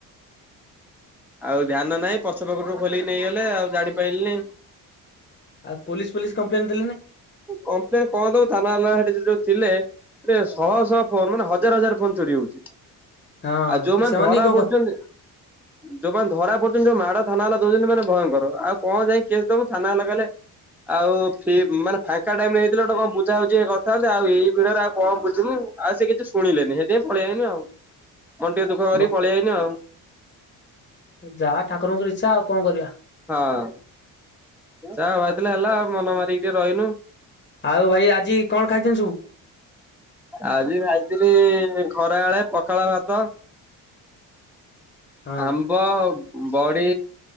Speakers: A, in the centre; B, on the left.
A: ଆଉ ଧ୍ୟାନ ନାହିଁ ପଛ ପକଟ ରୁ ଖୋଲିକି ନେଇଗଲେ ଆଉ ଜାଣିପାରିଲିନି।
B: ଆଉ ପୋଲିସ ପୋଲିସ କମ୍ପ୍ଲେନ୍ ଦେଲେନି।
A: କମ୍ପ୍ଲେନ କଣ ଦବୁ ଥାନା ହେଲା ସେଠି ଯଉ ଥିଲେ। ସେ ଶହ ଶହ ଫୋନ ମାନେ ହଜାର ହଜାର ଫୋନ ଚୋରି ହଉଛି।
B: ହଁ
A: ଆଉ ଯୋଉମାନେ
B: ସେମାନେ
A: ଧରା
B: ବି କଣ
A: ପଡୁଛନ୍ତି
B: କ
A: ଯୋଉମାନେ ଧରା ପଡୁଛନ୍ତି ଯୋଉ ମା ଡ ଥାନା ହେଲା ଦଉଛନ୍ତି ମାନେ ଭୟଙ୍କର। ଆଉ କଣ ଯାଇ କେସ ଦବୁ ଥାନାବାଲା କହିଲେ ଆଉ ଫି ମାନେ ଫାଙ୍କା ଟାଇମରେ ହେଇଥିଲେ କଣ ବୁଝାବୁଝି କରିଥାନ୍ତେ ଆଉ ଏଇି ଭିଡରେ ଆଉ କଣ ବୁଝିବୁ ଆଉ ସେ କିଛି ଶୁଣିଲେନି ସେଥିପା ପଳେଇଆଇନୁ ଆଉ। ମନ ଟିକେ ଦୁଃଖ କରିକି
B: ମ
A: ପଳେଇଆଇନୁ ଆଉ।
B: ଯାହା ଠାକୁରଙ୍କର ଇଚ୍ଛା ଆଉ କଣ କରିବା।
A: ହଁ! ଯାହା ହେବାରଥିଲା ହେଲା ଆଉ ମନ ମାରିକି ଟିକେ ରହିନୁ।
B: ଆଉ ଭାଇ ଆଜି କଣ ଖାଇଛନ୍ତି ସବୁ?
A: ଆଜି ଭାବିଥିଲି ଖରାବେଳେ ପଖାଳଭାତ,
B: ହଁ
A: ଆମ୍ବ ବଡି,